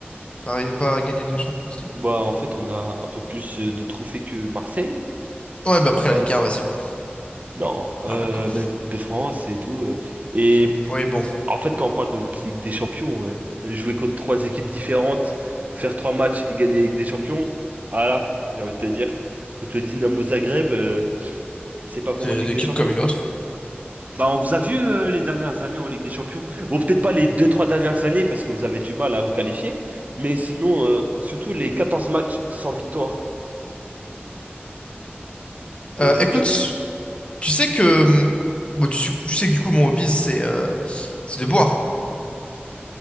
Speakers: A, on the left; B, on the right.
A: T'arrives pas à gagner de Champions League?
B: Bah, en fait, on a un peu plus euh, de trophées que Marseille.
A: Ouais, bah après
B: Bah,
A: la Ligue
B: c'est-
A: 1, vas-y, bon.
B: non, euh,
A: Voilà quoi.
B: même Coupe de France et tout. euh. Et
A: Oui, bon,
B: en fait, quand on parle de votre Ligue des Champions, euh, jouer contre trois équipes différentes, faire trois matchs et gagner la Ligue des Champions, ah là, j'ai envie de te dire, contre le Dynamo Zagreb, euh, c'est pas vraiment
A: c'est
B: une Ligue
A: une équipe
B: des Champions.
A: comme une autre.
B: Bah, on vous a vu euh, les dernières années en Ligue des Champions. Bon, peut-être pas les deux trois dernières années parce que vous avez du mal à vous qualifier. Mais sinon, euh, surtout les 14 matchs sans victoire, on
A: Euh,
B: vous
A: écoute,
B: a bien vu.
A: tu sais que. hum, Bon, tu, sais- tu sais que du coup, mon hobby, c'est euh, c'est de boire.